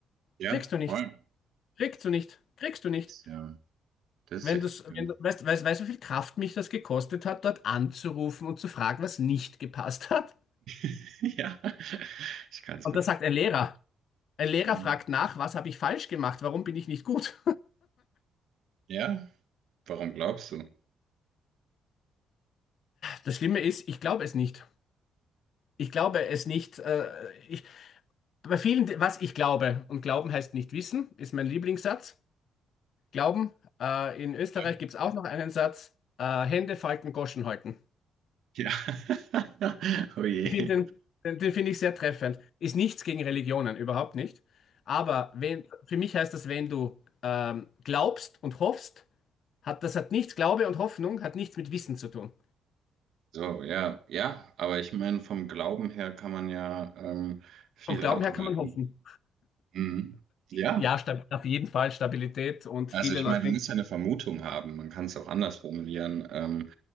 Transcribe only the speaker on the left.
Kriegst du nichts.
Kriegst du nicht. Kriegst du nicht.
Wenn
du's, wenn du, weißt, weißt, weißt, du, wie viel Kraft mich das gekostet hat, dort anzurufen und zu fragen, was nicht gepasst hat?
Und
da sagt ein Lehrer, ein Lehrer
fragt nach, was habe ich falsch gemacht? Warum bin ich nicht gut?
Das Schlimme ist, ich glaube es nicht. Ich glaube es nicht. Äh, ich, bei vielen, was ich glaube, und Glauben heißt nicht wissen, ist mein Lieblingssatz. Glauben, äh, in Österreich
gibt es auch noch einen Satz, äh, Hände falten, Goschen halten.
Ich finde den, den, den finde ich sehr treffend. Ist nichts gegen Religionen, überhaupt nicht. Aber wenn, für mich heißt das, wenn du ähm, glaubst und hoffst, hat das hat nichts, Glaube und Hoffnung hat nichts mit Wissen zu tun.
Vom Glauben
her kann man hoffen.
Ja, stab- auf jeden Fall Stabilität und
viele
Leute.